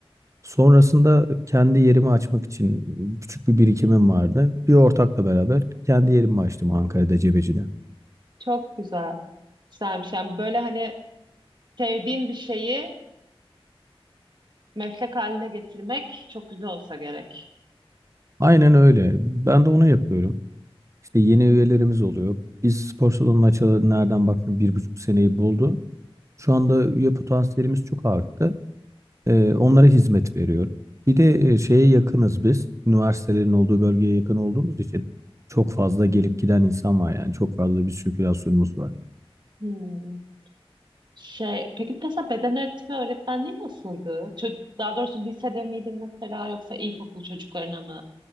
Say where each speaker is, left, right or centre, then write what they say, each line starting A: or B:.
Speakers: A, on the right; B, on the right.
A: Sonrasında kendi yerimi açmak için küçük bir birikimim vardı. Bir ortakla beraber kendi yerimi açtım Ankara'da Cebeci'de.
B: çok güzel. Güzelmiş. Yani böyle hani sevdiğin bir şeyi meslek haline getirmek çok güzel olsa gerek.
A: Aynen öyle. Ben de onu yapıyorum. İşte yeni üyelerimiz oluyor. Biz spor salonunu açalı nereden baktım bir buçuk seneyi buldu. Şu anda üye potansiyelimiz çok arttı. Ee, onlara hizmet veriyorum. Bir de e, şeye yakınız biz. Üniversitelerin olduğu bölgeye yakın olduğumuz için çok fazla gelip giden insan var yani. Çok fazla bir sirkülasyonumuz var.
B: Hmm. Şey, peki mesela beden eğitimi öğretmenliği nasıldı? Çö daha doğrusu lisede miydin mesela yoksa ilkokul çocuklarına mı